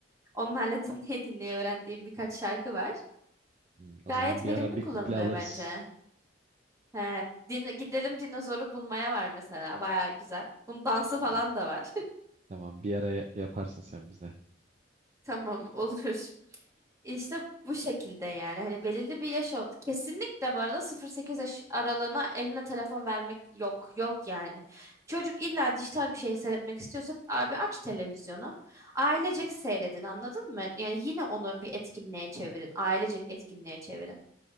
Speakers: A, on the right; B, on the right.
A: Onlarla <laughs> dinleye dinleye öğrendiğim birkaç şarkı var.
B: Hmm, o
A: Gayet
B: zaman bir
A: verimli
B: ara bir
A: kullanılıyor
B: kuple alırız.
A: bence. He, din- gidelim dinozoru bulmaya var mesela. Baya güzel. Bunun dansı falan
B: Hı.
A: da var.
B: Tamam, bir ara ya- yaparsın sen bize.
A: <laughs> Tamam olur. İşte bu şekilde yani hani belirli bir yaş ol- kesinlikle bu arada 0-8 yaş aralığına eline telefon vermek yok yok yani. Çocuk illa dijital bir şey seyretmek istiyorsa abi aç televizyonu. Ailecek seyredin anladın mı? Yani yine onu bir etkinliğe çevirin. Ailecek etkinliğe çevirin.